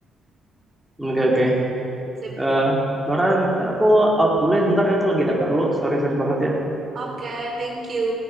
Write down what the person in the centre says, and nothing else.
oke oke
Eh, Loren aku out dulu ya sebentar ya, aku lagi ada perlu sorry sorry banget ya